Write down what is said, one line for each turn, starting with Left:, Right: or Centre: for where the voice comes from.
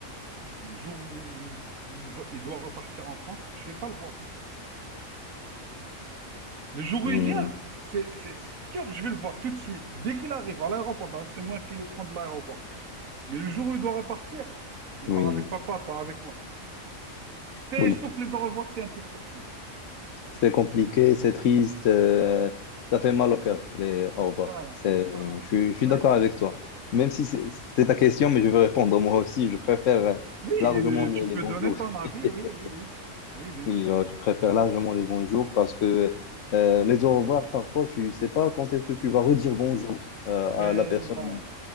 Right: le jour où il, il va- il doit repartir en France, je vais pas le voir. Le jour
Left: Mhm.
Right: où il vient, c'est c'est sûr que je vais le voir tout de suite. Dès qu'il arrive à l'aéroport, d'ailleurs, c'est moi qui le prends de l'aéroport. Mais le jour où il doit repartir, il
Left: Oui,
Right: part avec papa, pas avec moi. Tu sais,
Left: oui.
Right: je trouve que les au revoir, c'est un peu trop triste.
Left: C'est compliqué, c'est triste, euh,
Right: Voilà,
Left: ça fait mal au cœur, les au revoir.
Right: voilà,
Left: C'est,
Right: voilà.
Left: je, suis je suis
Right: Ouais.
Left: d'accord avec toi. Même si c'est c'est ta question, mais je vais répondre moi aussi. Je préfère euh,
Right: Oui,
Left: largement
Right: euh,
Left: les,
Right: tu
Left: les
Right: peux
Left: bonjours.
Right: donner ton avis, oui,
Left: <laughs>
Right: oui, oui. Oui, bien
Left: Oui,
Right: sûr.
Left: euh, je préfère largement les bonjours parce que euh, les au revoir, parfois, tu sais pas quand est-ce que tu vas redire bonjour euh,
Right: Mais
Left: à la personne.
Right: voilà,